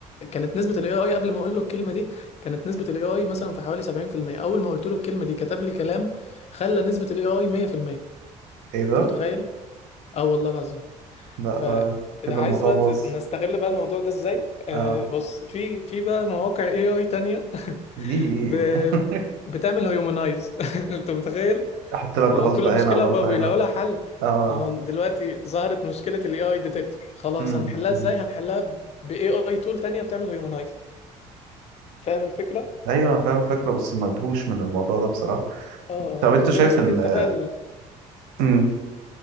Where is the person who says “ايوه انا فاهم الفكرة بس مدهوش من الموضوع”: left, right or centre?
Right